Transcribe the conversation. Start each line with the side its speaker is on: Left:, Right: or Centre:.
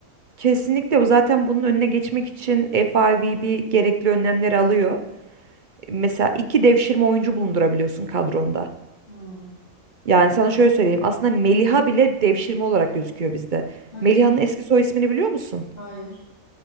Right: kesinlikle o zaten bunun önüne geçmek için FIVB gerekli önlemleri alıyor. mesela iki devşirme oyuncu bulundurabiliyorsun kadronda.
Left: Hmm.
Right: Yani sana şöyle söyleyeyim. Aslında Meliha bile devşirme olarak gözüküyor bizde.
Left: Hadi
Right: Meliha'nın
Left: ya.
Right: eski soy ismini biliyor musun?
Left: Hayır.